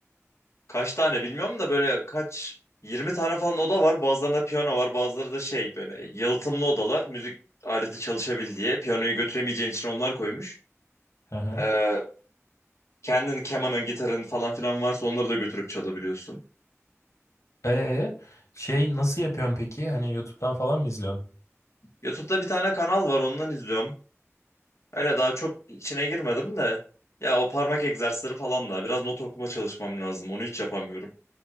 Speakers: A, on the left; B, on the left.
A: Kaç tane bilmiyorum da böyle kaç 20 tane falan oda var. Bazılarında piyano var, bazıları da şey böyle yalıtımlı odalar. Müzik aleti çalışabil diye. Piyanoyu götüremeyeceğin için onlar koymuş.
B: Hı hı.
A: Ee, kendin kemanın, gitarın falan filan varsa onları da götürüp çalabiliyorsun.
B: Ee, şey nasıl yapıyorsun peki? Hani YouTube'dan falan mı izliyorsun?
A: YouTube'da bir tane kanal var, ondan izliyorum. Öyle daha çok içine girmedim de. Ya o parmak egzersizleri falan da biraz not okuma çalışmam lazım. Onu hiç yapamıyorum.